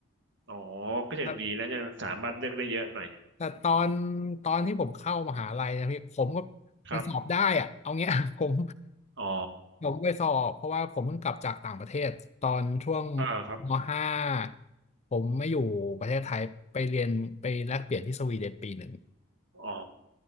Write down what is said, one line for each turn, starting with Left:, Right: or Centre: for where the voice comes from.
Right: อ๋อก็ยังดีนะยังสามารถเลือกได้เยอะหน่อย
Left: แต่แต่ตอนตอนที่ผมเข้ามหาลัยนะพี่ผมก็
Right: ครับ
Left: มันสอบได้อะเอาเงี้ย <laughs> ผม
Right: อ๋อ
Left: ผมไปสอบเพราะว่าผมเพิ่งกลับจากต่างประเทศตอนช่วง
Right: อ่าครับ
Left: ม .5 ผมไม่อยู่ประเทศไทยไปเรียนไปแลกเปลี่ยนที่สวีเดนปีหนึ่ง
Right: อ๋อ